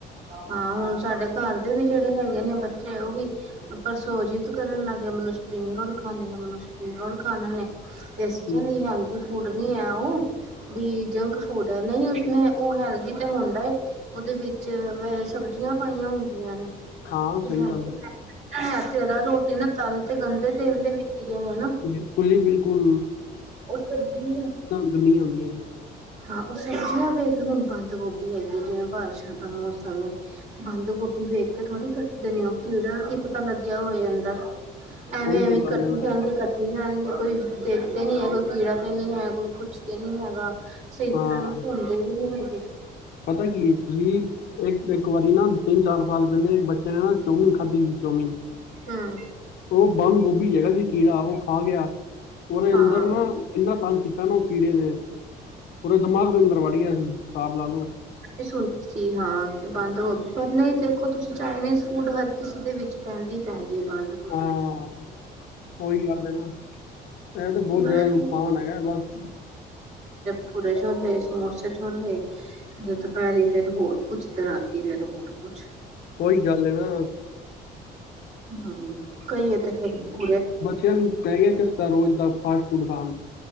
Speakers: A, on the right (about 45°); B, on the left (about 70°).
A: ਹਾਂ ਹੁਣ ਸਾਡੇ ਘਰ ਦੇ ਵੀ ਜਿਹੜੇ ਹੈਗੇ ਨੇ ਬ ਚੇ ਉਹ ਵੀ ਪਰਸੋ ਜਿੱਦ ਕਰਨ ਲੱਗ ਗਏ ਮੈਨੂੰ ਸਪਰਿੰਗ ਰੋਲ ਖਾਂਨੇ ਨੇ ਮੈਨੂੰ ਸਪਰਿੰਗ ਰੋਲ ਖਾਣੇ ਨੇ ਤੇ ਅਸੀਂ ਕਿਹਾ
B: ਹਮ,
A: ਨਹੀਂ ਹੈਲਦੀ ਫੂਡ ਨੀ ਹੈ ਉਹ ਵੀ ਜੰਕ ਫੂਡ ਹੈ ਨਹੀਂ ਉਸ਼ਮੇ ਉਹ ਹੈਲਦੀ ਤੇ ਹੁੰਦਾ ਏ ਉਹਦੇ ਵਿੱਚ ਸਬਜ਼ੀਆਂ ਪਾਈਆਂ ਹੁੰਦੀਆਂ ਨੇ
B: ਹਾਂ
A: ਤੇ
B: ਸਹੀ
A: ਹੈ
B: ਗੱਲ
A: ਤੇ ਹੈ ਤੇ ਰੋਟੀ ਨਾ ਤਲ ਤੇ ਗੰਦੇ ਤੇਲ ਦੇ ਵਿੱਚ ਰੇ ਨਾ
B: ਬਿਲਕੁਲ ਹੀ ਬਿਲਕੁਲ
A: ਉਹ ਸਬਜ਼
B: ਗੱਲੀਆਂ ਹੁੰਦੀਆਂ ਨੇ
A: ਹਾਂ ਉਹ ਸਬਜ਼ੀਆਂ ਵੇਖ ਹੁਣ ਬੰਦ ਗੋਭੀ ਹੈਗੀ ਹੈ ਜਿਵੇਂ ਬਾਰਿਸ਼ਾਂ ਦਾ ਮੌਸਮ ਏ ਬੰਦ ਗੋਭੀ ਵੇਖ ਕੇ ਥੋੜੀ ਕੱਟਦੇ ਨੇ ਉਹ ਹੋ ਕੀੜਾ ਕੀ ਪਤਾ ਲੱਗਿਆ ਹੋਏ ਅੰਦਰ ਐਵੇਂ-ਐਵੇਂ
B: ਉਹੀ ਤੇ ਗੱਲ
A: ਕੱਟੀ
B: ਹੈ ਨਾ
A: ਜਾਣਗੇ ਕੱਟੀ ਜਾਣਗੇ ਕੋਈ ਦੇਖਦੇ ਨੀ ਹੈ ਕੋਈ ਕੀੜਾ ਤੇ ਨੀ ਹੈ ਕੋਈ ਕੁਛ ਤੇ ਨੀ ਹੈਗਾ ਸਹੀ
B: ਹਾਂ
A: ਤਰ੍ਹਾਂ ਨਾਲ ਧੁੰਦ ਧੋੰਧੇ ਵੀ ਨਹੀਂ ਹੈਗੇ
B: ਪਤਾ ਕੀ ਏ ਤੁਸੀਂ ਇੱਕ-ਇੱਕ ਵਾਰੀ ਨਾ ਤਿੰਨ ਚਾਰ ਸਾਲ ਪਹਿਲੇ ਇੱਕ ਬੱਚੇ ਨੇ ਨਾ ਚੌਮੀਨ ਖਾਧੀ ਸੀ ਚੌਮੀਨ
A: ਹਾਂ
B: ਉਹ ਬੰਦ ਗੋਭੀ ਚ ਹੈਗਾ ਸੀ ਕੀੜਾ ਉਹ ਖਾ ਗਿਆ ਉਹਦੇ ਅੰਦਰ
A: ਹਾਂ
B: ਨਾ ਇੰਨਾ ਤੰਗ ਕੀਤਾ ਨਾ ਉਹ ਕੀੜੇ ਨੇ ਪੂਰੇ ਦਿਮਾਗ ਦੇ ਅੰਦਰ ਵੜੀ ਗਿਆ ਸੀ ਸਾਬ ਲਾਲੋ
A: ਸੁਣ ਕਿ ਹਾਂ ਬੰਦ ਹੋ ਪਰ ਨਹੀਂ ਦੇਖੋ ਤੁਸੀਂ ਚਾਈਨੀਜ਼ ਫੂਡ ਹਰ ਕਿਸੇ ਦੇ ਵਿੱਚ ਪੈਂਦੀ ਹੀ ਪੈਂਦੀ ਏ ਬੰਦ ਗੌਭੀ
B: ਹਾਂ ਉਹੀ ਗੱਲ ਏ ਨਾ ਇਹ ਤਾਂ ਬਹੁਤ
A: ਬਸ
B: ਜ਼ਿਆਦਾ ਨੁਕਸਾਨ ਹੈਗਾ ਬਸ
A: ਬਟੂਰੇ ਛੋਲੇ ਸਮੋਸੇ ਛੋਲੇ ਜ ਦੁਪਹਿਰੀ ਫਿਰ ਹੋਰ ਕੁੱਛ ਤੇ ਰਾਤੀ ਫੇਰ ਹੋਰ ਕੁੱਛ
B: ਉਹੀ ਗੱਲ ਏ ਨਾ
A: ਹਾਂ ਕਈ ਤੇ ਫੇਰ ਗੁਰ
B: ਤੇਨ ਪੈ ਗਿਆ ਚਸਕਾ ਰੋਜ਼ ਦਾ ਫਾਸਟ ਫੂਡ ਖਾਣ